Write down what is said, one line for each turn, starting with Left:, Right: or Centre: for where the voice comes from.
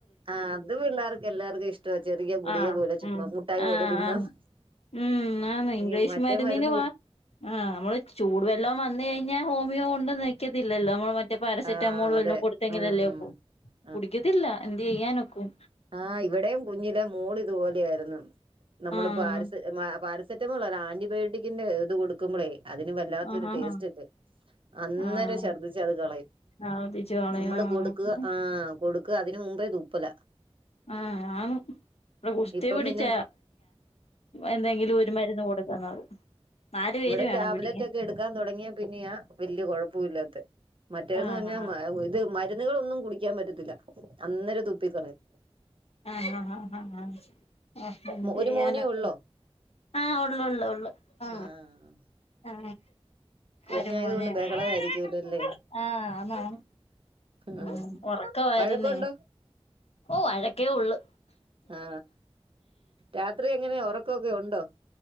Right: ആ അത് പിള്ളേർക്ക് എല്ലാർക്കും ഇഷ്ടവാ ചെറിയ ഗുളിക
Left: ആഹ്
Right: പോലെ ചുമ്മ
Left: ഉം
Right: മുട്ടായി
Left: ആഹ്
Right: പോലെ തിന്നാ
Left: ആന്ന്
Right: മതി
Left: ഉം ആ ഇംഗ്ലീഷ്
Right: ഈ മറ്റേ
Left: മരുന്നിന്
Right: മരുന്ന്
Left: വാ
Right: കുടി
Left: ആ നമ്മള് ചൂട് വെല്ലം വന്ന് കഴിഞ്ഞാൽ ഹോമിയോ കൊണ്ട് നിക്കത്തില്ലല്ലോ നമ്മള് മറ്റേ മറ്റേ പാരസെറ്റാമോൾ
Right: ആ
Left: വല്ലോം
Right: അതെ
Left: കൊടുത്തെങ്കിലല്ലേ
Right: ഉം
Left: ഒക്കു
Right: ആ
Left: കുടിക്കത്തില്ല എന്ത് ചെയ്യാനൊക്കും
Right: ആ ഇവിടെയും കുഞ്ഞിലെ മോൾ ഇതുപോലെയായിരുന്നു നമ്മള്
Left: ആഹ്
Right: പാരസ്‌ പാര സറ്റ ആന്റിബയോട്ടിക്കിന്റെ ഇത് കൊടുക്കുമ്പോളേ അതിന് വല്ലാത്തൊരു
Left: ആഹ് ആഹ്
Right: ടേസ്റ്റ് ഇല്ലേ അന്നേരം
Left: ആഹ്
Right: ശഛർദ്ദിച്ച് അത് കളയും
Left: ആവർത്തിച്ചു കളയും
Right: നമ്മള്
Left: ആഹ്
Right: കൊടുക്കുക ആ കൊടുക്ക അതിന് മുമ്പേ തുപ്പല
Left: ആ ആന്ന് ഇ ഗുസ്തി
Right: ഇപ്പം
Left: പിടിച്ച
Right: പിന്നെ
Left: എന്തെങ്കിലും ഒരു മരുന്ന് കൊടുക്കുന്നത് നാലു പേര്
Right: ഇവിടെ
Left: വേണം
Right: ടാബ്‌ലെറ്റ്
Left: പിടിക്കാൻ
Right: ഒക്കെ എടുക്കാൻ തുടങ്ങിയാ പിന്നെയാ വലിയ കുഴപ്പവില്ലാത്തെ മറ്റേന്ന്
Left: ആഹ്
Right: പറഞ്ഞാൽമ ഇത് മ കളൊന്നും കുടിക്കാൻ പറ്റത്തില്ല അന്നേരം തൂപ്പിക്കളയും
Left: ആ ആ ആ ആ ആതെ എന്ത് ചെയ്യാനാ
Right: ഒരു മോനേ
Left: ഇപ്പം
Right: ഉള്ളോ
Left: ആ ഒള് ഒള്ളു ആ
Right: ആഹ്
Left: ആ
Right: കുഞ്ഞായത്
Left: ഒരു മോനെ
Right: കൊണ്ട്
Left: ഉള്ളൂ
Right: ബഹളമായിരിക്കൂലല്ലേ
Left: ആ അന്നോ
Right: ആഹ്
Left: ഉ ഉറക്കമായിരുന്നേ
Right: വഴക്കുണ്ടോ
Left: ഓ വഴക്കേ ഉള്ളു
Right: ആ രാത്രി എങ്ങനെ ഉറക്കമൊക്കെ ഉണ്ടോ